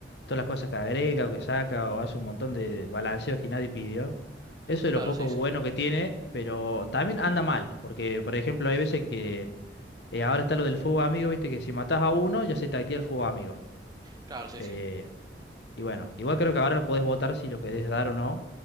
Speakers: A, on the left; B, on the right.
A: todas las cosas que agrega o que saca o hace un montón de balanceos que nadie pidió. Eso es
B: Claro,
A: lo poco
B: sí, sí.
A: bueno que tiene, pero también anda mal, porque por ejemplo hay veces que eh, ahora está lo del fuego amigo, viste que si matás a uno ya se te activa el fuego amigo.
B: Claro, sí,
A: Eh,
B: sí.
A: y bueno, igual creo que ahora lo podés votar si lo querés dar o no,